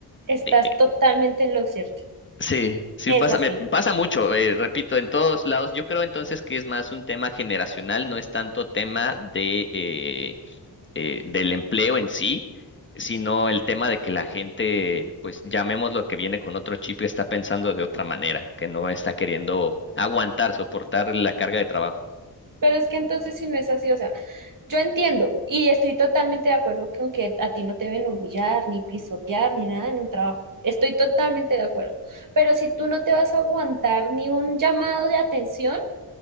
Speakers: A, on the right (about 55°); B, on the left (about 30°).
A: Estás
B: Eh, eh,
A: totalmente en lo cierto,
B: Sí, sí
A: es
B: pasa,
A: así.
B: me pasa mucho, eh, repito, en todos lados. Yo creo entonces que es más un tema generacional, no es tanto tema de eh, eh, del empleo en sí, sino el tema de que la gente, pues llamemos lo que viene con otro chip, está pensando de otra manera, que no está queriendo aguantar, soportar la carga de trabajo.
A: Pero es que entonces si no es así, o sea, yo entiendo y estoy totalmente de acuerdo con que a ti no te deben humillar, ni pisotear, ni nada en un trabajo. Estoy totalmente de acuerdo. Pero si tú no te vas a aguantar ni un llamado de atención,